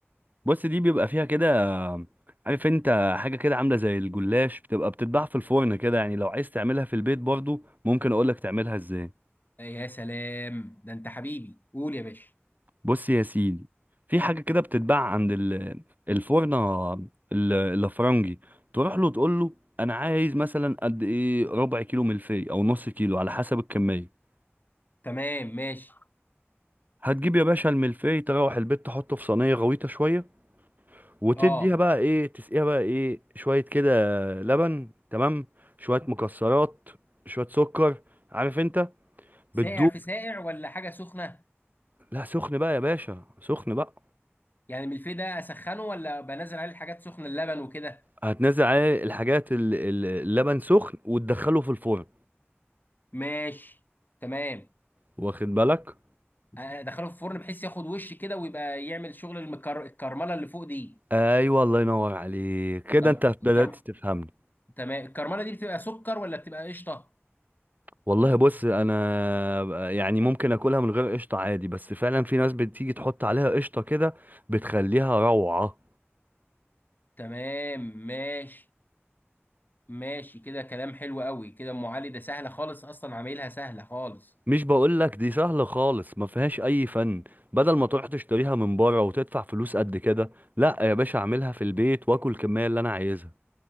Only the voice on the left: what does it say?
إيه، يا سلام ده انت حبيبي قول يا باشا
تمام ماشي
اه
ساقع
في ساقع ولا حاجه سخنه
يعني الملفيه ده اسخنه ولا بنزل عليه الحاجات سخنه اللبن وكده
ماشي تمام
ادخله في الفرن بحيث ياخد وش كده ويبقى يعمل شغل المكر... الكرمله اللي فوق دي
طب
الكر...
تمام الكرمله دي بتبقى سكر ولا بتبقى قشطه
تمام ماشي ماشي كده كلام حلو قوي كده ام علي ده سهله خالص اصلا عاملها سهله خالص